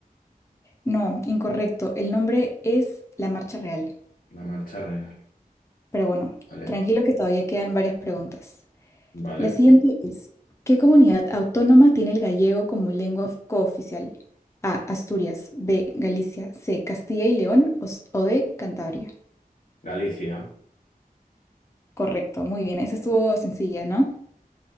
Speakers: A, on the left (about 20°); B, on the left (about 60°).
A: no, incorrecto. El nombre es La Marcha Real.
B: la marcha real.
A: Pero bueno,
B: ¿Vale?
A: tranquilo que todavía quedan varias preguntas.
B: ¿Vale?
A: La siguiente es, ¿qué comunidad autónoma tiene el gallego como lengua of- cooficial? A. Asturias. B. Galicia. C. Castilla y León. O, s- o D. Cantabria.
B: Galicia.
A: Correcto, muy bien. Esa estuvo sencilla, ¿no?